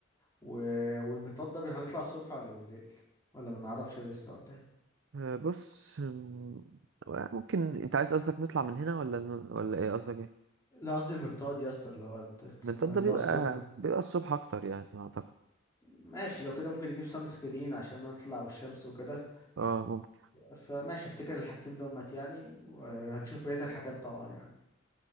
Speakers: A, on the left; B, on the right.
A: و... والمنطاد ده بي- هنطلع الصبح ولا بالليل ولا ما نعرفش لسه ولا ايه
B: آه، بص أم، ممكن انت عايز قصدك نطلع من هنا ولا ولا ايه قصدك ايه؟
A: لا قصدي المنطاد يا اسطى اللي هو الت-
B: من
A: اللي
B: طنطا بيبقى
A: هو السخن
B: بيبقى الصبح اكتر يعني اعتقد
A: ماشي لو كده ممكن نجيب سان سكرين عشان نطلع والشمس وكده
B: اه ممكن
A: فماشي افتكر الحاجتين دومت يعني وهنشوف بقية الحاجات طبعا يعني